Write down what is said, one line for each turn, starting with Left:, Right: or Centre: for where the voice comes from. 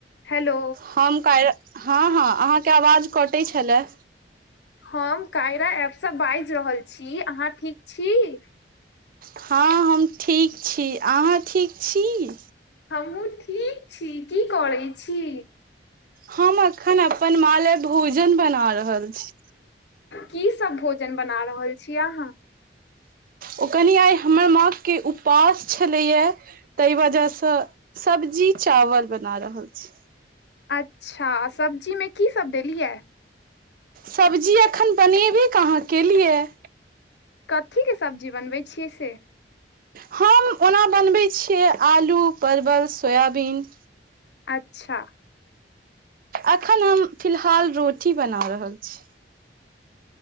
Left: हेलो
Right: हम कैर हँ- हँ अहाँके आवाज कटै छलए।
Left: हम कायरा एपसँ बाजि रहल छी अहाँ ठीक छी।
Right: हँ हम ठीक छी, अहाँ ठीक छी।
Left: हमहूँ ठीक छी कि करै छी।
Right: हम अखन अपन माँ ले भोजन बना रहल छी।
Left: की सब भोजन बना रहल छी अहाँ।
Right: ओ कनि आइ हमर माँ के उपास छलैए तय वजह स सब्जी चावल बना रहल छी।
Left: अच्छा सब्जीमे की सब देलियैए।
Right: सब्जी अखन बनेबे कहाँ केलियैए।
Left: कथीके सब्जी बनबै छियै से।
Right: हम ओना बनबै छियै आलू परवल सोयाबीन
Left: अच्छा।
Right: अखन हम फिलहाल रोटी बना रहल छी।